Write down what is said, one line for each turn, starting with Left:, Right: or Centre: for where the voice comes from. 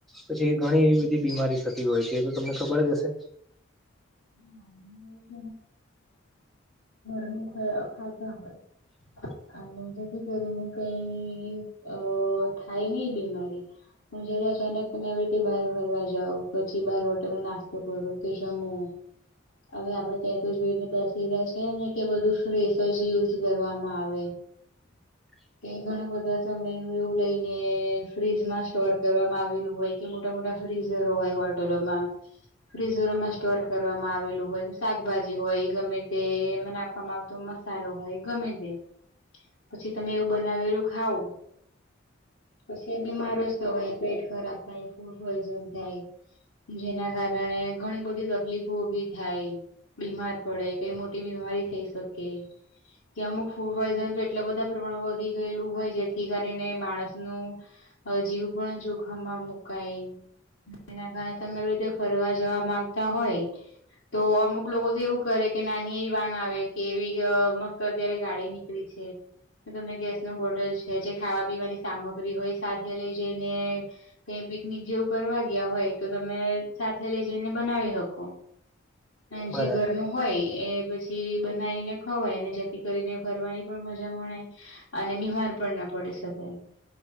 Centre: પછી એ ઘણી એવી બધી બીમારી થતી હોય છે. એ તો તમને ખબર જ હશે-
Left: હા અને એવું હું ખ ખાતા હોય-
Centre: <unintelligible>
Left: અને જેથી કરીને કઈ અ થાય નઈ બીમારી- હું જયારે અચાનક તમે આવી રીતે બાર ફરવા જાવ પછી બાર હોટેલ નો નાસ્તો કરો કે જમો- અવે આપડે તય તો જોઈને દાસી રહ્યા છે. ને- કે બધું ફ્રેસ જ યુઝ કરવામાં આવે-
Centre: <inaudible>
Left: એ ઘણા બધા સમય નું એવું લઈનેએ ફ્રીજમાં સ્ટોર કરવામાં આવેલું હોય. કે મોટા મોટા ફ્રીઝરો હોય હોટલોમાં- ફ્રીઝરોમાં સ્ટોર કરવામાં આવેલું હોય ક શાકભાજી હોય ગમે તે એમાં નાખું- વામાં આવતો મસાલો હોય ગમે તેે પછી તમે એવું બનાવેલું ખાવ- પછી એ બીમારો જ થવાય પેટ ખરાબ થાય ફૂડ પોઈઝન થાય. જેના કારણે ઘણી બધી તકલીફો ઊભી થાય. બીમાર પડે કઈ મોટી બીમારી થઈ શકે. કે અમુક ફૂડ પોઈઝન તો એટલે બધા પ્રમાણમાં વધી ગયેલું હોય જેથી કરીને માણસનુ. હ જીવ પણ જોખમમાં મુકાય- એના કારણે તમે એવી રીતે ફરવા જવા માંગતા હોય. તો અમુક લોકો તો એવું કરે કે નાની એ વાન આવે- કેવી અ મસ્ત અત્યારે ગાડી નીકળી છે. તમે ગેસ નું બોટલ છે જે ખાવા પીવાની સામગ્રી હોય એ સાથે લઈ જઈને- કંઈ પિકનિક જેવું કરવા ગીયા હોય તો તમે સાથે લઈ જઈને બનાવી હકો- અન
Centre: બરાબર
Left: જે ઘરનું હોય એ પછી- બનાવી ને ખવાય ને જેથી કરીને ફરવાની પણ મઝા મણાય- અને બીમાર પણ ના પડી શકે-